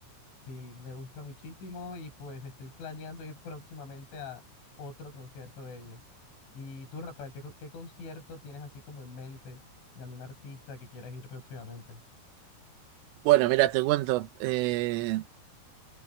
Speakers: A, on the left; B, on the right.
A: Sí, me gusta muchísimo y pues estoy planeando ir próximamente a otro concierto de ellos. Y tú, Rafael, ¿qué, co- qué concierto tienes así como en mente de algún artista que quieras ir próximamente?
B: Bueno, mira, te cuento. Eh,